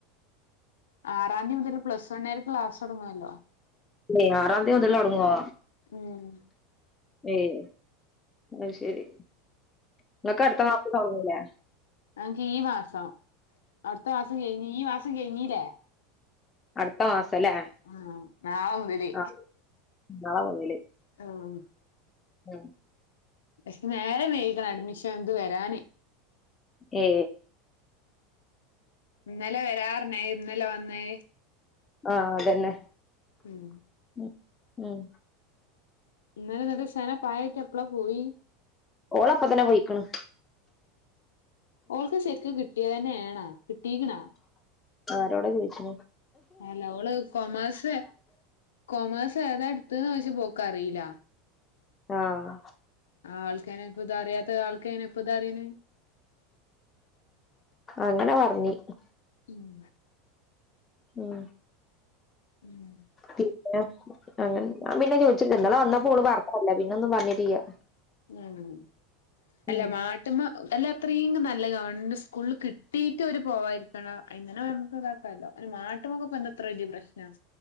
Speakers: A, on the left; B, on the left.
A: ആറാന്തി മുതൽ പ്ലസ് വണർക്ക് ക്ലാസ് തൊടങ്ങോലോ?
B: ഏ ആറന്തി മുതൽ തൊടങ്ങോ?
A: ഉം
B: ഏയ് അഹ് ശെരി ഇങ്ങക്ക് അടുത്ത മാസം തുടങ്ങൂലെ?
A: ഞങ്ങക്ക് ഈ മാസം അവടുത്ത മാസം കഴിഞ് ഈ മാസം കഴിഞ്ഞല്ലേ?
B: അടുത്ത മാസം അല്ലേ
A: ആ നാളെ മുതല്
B: ആഹ് നാളെ മുതല്
A: ആഹ്
B: ആ
A: ശെ നേരം വെയ്ഗൺ അഡ്മിഷൻ ഇദ് വെരാന്
B: ഏ
A: ഇന്നലെ വരാറ്ന്നു ഇന്നലെ വന്നേ?
B: ആ അതന്നെ
A: ഉം
B: ഉം ഉം
A: ഇന്നലെ ങ്ങക്ക് സെന പായ ക്കെപ്പളാ പോയി?
B: ഓളപ്പ തന്നെ പോയിക്ക്ണ്.
A: ഓൾക്ക് ശെക്ക് കിട്ടിയ തെന്നേണൊ കിട്ടീക്ക്ണോ?
B: ആരോടാ ചോയിച്ച്?
A: അല്ല അവഓള് കൊമേഴ്സ് കൊമേഴ്സേതാ ട്ത്ത്ന്നോചയ്ച്ച പ്പോ ക്കറീല
B: ആഹ്
A: ആൾക്കെന്നെ പ്പൊതറിയാത് താൾക്കെങ്ങ്നെ പ്പൊ തറിയ്ണ്?
B: അങ്ങനെ പറഞ്ഞ്
A: ഉം
B: ഉം
A: ഉം
B: പിന്നെ അങ്ങനെ ഞാ പിന്നെ ചോിച്ചില്ല ന്നലെ വന്നപ്പോള് പറഞ്ഞതല്ലേ പിന്നൊന്നും പറഞ്ഞിട്ടില്ല.
A: ഉം അല്ല
B: ഉം
A: മാട്ട്മ്മ അല്ല അത്രീം നല്ല ഗവൺമെന്റ് സ്കൂൽല് കിട്ടിയിറ്റ് അവര് പോവായിര്ന്നതാ ഇന്നനെ നമുക്ക് താക്കാല്ലോ. ഒരു മാ ട്ടോമ്പൊ പ്പെന്ത ത്ര വലൃയ പ്രശ്നം?